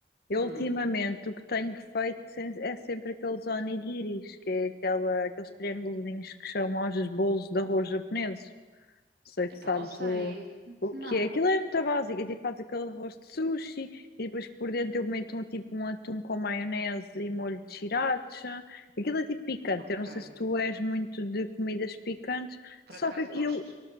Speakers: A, on the left; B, on the right.
A: Eu
B: Hum.
A: ultimamente o que tenho feito sem- é sempre aqueles onigiris, que é aquela, aqueles triângulos que chamam aos bolos de arroz japoneses. Não sei
B: Epá,
A: se sabes
B: não sei.
A: o, o
B: Não.
A: que é. Aquilo é muito básico. A gente faz aquele arroz de sushi e depois por dentro eu meto um, tipo um atum com maionese e molho de sriracha. Aquilo é tipo picante.
B: Ok.
A: Eu não sei se tu és muito de comidas picantes,
B: Por
A: só
B: acaso
A: que aquilo
B: gosto.